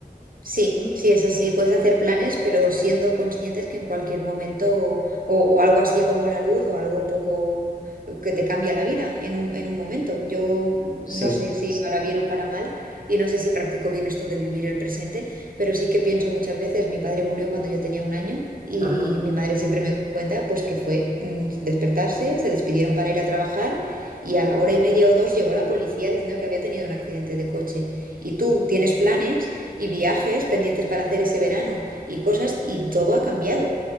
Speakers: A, on the right (about 65°); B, on the left (about 60°).
A: Sí,
B: ¿no?
A: sí, es así. Puedes hacer planes, pero siendo conscientes que en cualquier momento o, o- o algo así como la luz o algo un poco que te cambia la vida en un, en un momento. Yo
B: Sí,
A: no sé si para bien o para mal y no sé si practico bien esto de vivir el presente, pero sí que pienso muchas veces, mi padre murió cuando yo tenía un año y
B: ajá,
A: mi madre siempre me cuenta pues que fue mm, despertarse, se despidieron para ir a trabajar y a la hora y media o dos llegó la policía diciendo que había tenido un accidente de coche. Y tú tienes planes y viajes pendientes para hacer ese verano y cosas y todo ha cambiado.